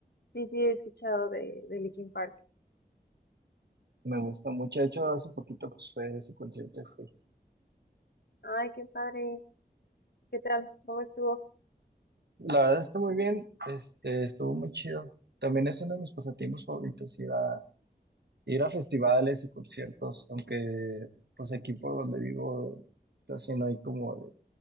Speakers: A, on the left; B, on the right.
A: sí, sí, he escuchado de, de Linkin Park.
B: Me gusta mucho, de hecho, hace poquito pues, fue su concierto y fui.
A: Ay, qué padre. ¿Qué tal? ¿Cómo estuvo?
B: La verdad está muy bien, este, estuvo muy chido. También es uno de mis pasatiempos favoritos ir a, ir a festivales y conciertos, aunque pues aquí por donde vivo casi no hay como de